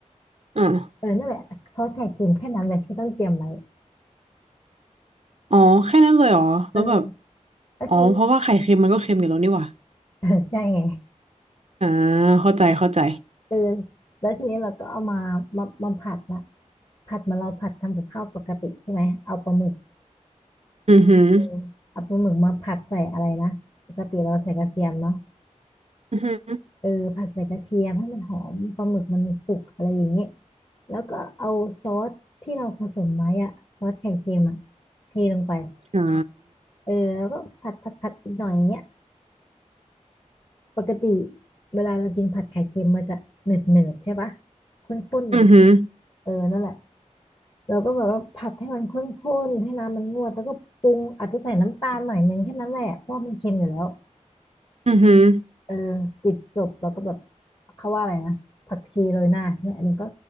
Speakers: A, on the right; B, on the left.
A: อ่า
B: เออนั่นแหละซอสไข่เค็มแค่นั้นเลยที่ต้องเตรียมไว้
A: อ๋อแค่นั้นเลยเหรอแล้วแบบ
B: เออแล้วทีนี้
A: อ๋อเพราะว่าไข่เค็มมันก็เค็มอยู่แล้วนี่หว่า
B: <laughs> เออใช่ไง
A: อ่าเข้าใจเข้าใจ
B: เออแล้วทีนี้เราก็เอามามามาผัดนะผัดเหมาเราผัดทำกับข้าวปกติใช่ไหมเอาปลาหมึก
A: อือหือ
B: เออเอาปลาหมึกมาผัดใส่อะไรนะปกติเราใส่กระเทียมเนาะ
A: อือหือ
B: เออผัดใส่กระเทียมให้มันหอมปลาหมึกมันสุกอะไรอย่างนี้แล้วก็เอาซอสที่เราผสมไว้อะซอสไข่เค็มอะเทลงไป
A: อ่า
B: เออแล้วก็ผัดผัดผัดอีกหน่อยอย่างเงี้ยปกติเวลาเรากินผัดไข่เค็มมันจะเหนืดเนืดใช่ปะข้นๆหน่อย
A: อือหือ
B: เออนั่นแหละเราก็แบบว่าผัดให้มันข้นๆให้น้ำมันงวดแล้วก็ปรุงอาจจะใส่น้ำตาลหน่อยนึงแค่นั้นแหละเพราะว่ามันเค็มอยู่แล้ว
A: อือหือ
B: เออปิดจบแล้วก็แบบเขาว่าอะไรนะผักชีโรยหน้าเนี่ยอันนี้ก็